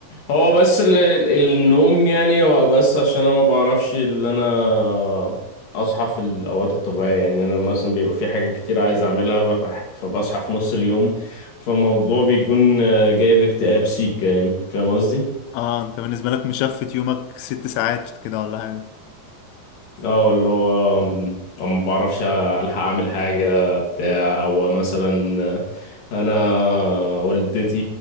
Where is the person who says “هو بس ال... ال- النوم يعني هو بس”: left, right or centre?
Left